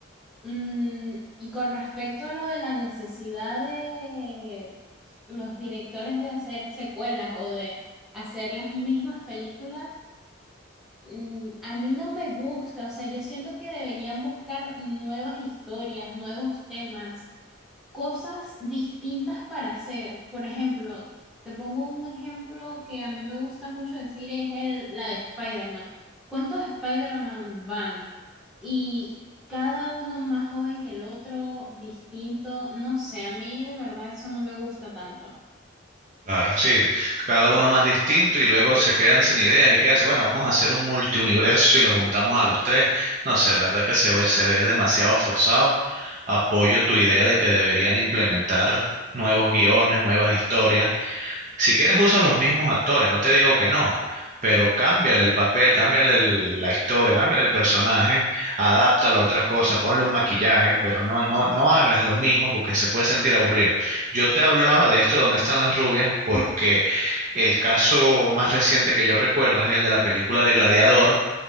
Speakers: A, in the centre; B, on the right.
A: Mm, y con respecto a lo de la necesidad de los directores de hacer secuelas o de hacer las mismas películas, mm, a mí no me gusta, o sea, yo siento que deberían buscar nuevas historias, nuevos temas cosas distintas para hacer. Por ejemplo, te pongo un ejemplo que a mí me gusta mucho decir, es el, la de Spider-Man. ¿Cuántos Spider-Man van? Y cada uno más joven que el otro, distinto. No sé, a mí de verdad eso no me gusta tanto.
B: Claro, sí, cada uno más distinto y luego se quedan sin ideas y quedan, bueno, vamos a hacer un multiuniverso y lo juntamos a los tres. No sé, la verdad que se, ve- se ve demasiado forzado. Apoyo tu idea de que deberían implementar nuevos guiones, nuevas historias, Si quieres usa los mismos actores, no te digo que no, pero cámbiale el papel, cámbiale el- la historia, cámbiale el personaje, adáptalo a otra cosa, ponle un maquillaje, pero no, no, no hagas lo mismo porque se puede sentir aburrido. Yo te hablaba de esto de dónde están las rubias porque el caso más reciente que yo recuerdo es el de la película de Gladiador,